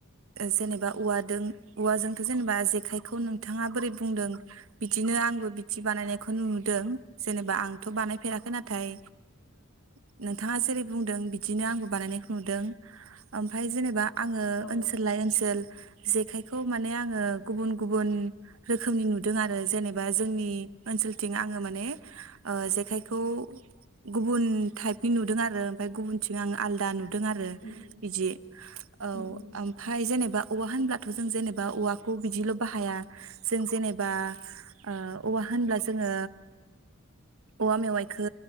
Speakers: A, on the right; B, on the left.
A: जेनेबा औवादों औवाजोंथ जेनेबा जेखायखौ नोंथाङा बोरै बुंदों बिदिनो आंबो बिदि बानायनायखौ नुदों जेनेबा आंथ बानायफेराखै नाथाय ओ नोंथाङा जेरै बुंदों बिदिनो आंबो बानायनायखौ नुदों ओमफाय जेनेबा आंङो
B: औ
A: ओनसोललाय ओनसोल जेखायखौ माने आङो गुबुन गुबुन रोखोमनि नुदों आरो जेनेबा जोंनि ओनसोलथिं आङो माने जेखायखौ गुबुन टाइप नि नुदों आरो ओमफाय गुबुनथिं आं आलदा नुदों दों आरो
B: उम
A: बिदि औ
B: उम
A: ओमफाय जेनेब दा औवा होनब्लाथ जों जेनेबा औवाखौ बिदिल बाहाया जों जेनेबा ओ औवा होनब्ला जोङो औवा मेवाइखो